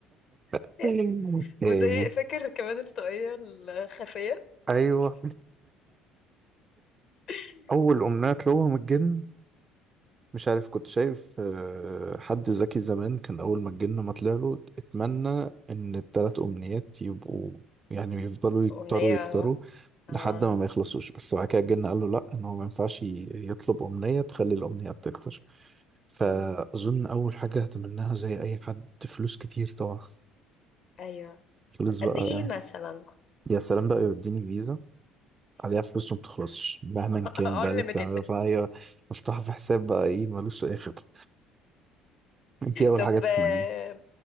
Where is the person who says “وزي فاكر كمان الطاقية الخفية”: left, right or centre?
Left